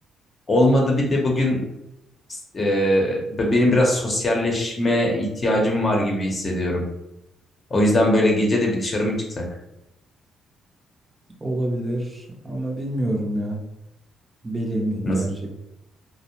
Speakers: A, on the left; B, on the right.
A: Olmadı bir de bugün e, benim biraz sosyalleşme ihtiyacım var gibi hissediyorum. O yüzden böyle gece de bir dışarı mı çıksak?
B: olabilir ama bilmiyorum ya. Beli mi
A: Nasıl?
B: gerçek?